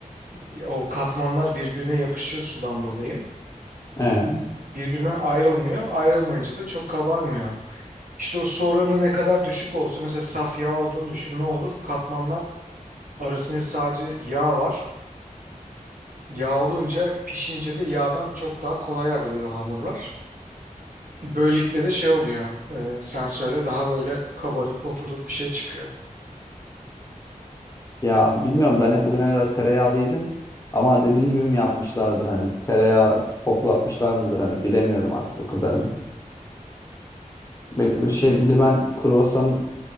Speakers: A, on the right (about 80°); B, on the left (about 20°).
A: e, o katmanlar birbirine yapışıyor sudan dolayı.
B: Ee.
A: Birbirinden ayrılmıyor. Ayrılmayınca da çok kabarmıyor. İşte o su oranı ne kadar düşük olsa mesela saf yağ olduğunu düşün ne olur? Katmanlar arasında sadece yağ var. Yağ olunca pişince de yağdan çok daha kolay ayrılıyor hamurlar. Böylelikle de şey oluyor. e, sen söyle daha böyle kabarık pofuduk bir şey çıkıyor.
B: Ya bilmiyorum ben hep bugüne kadar tereyağlı yedim. Ama dediğin gibi mi yapmışlardır hani tereyağı koklatmışlar mıdır hani bilemiyorum artık o kadar. Bir
A: Tamam.
B: bir şey bir de ben kruvasan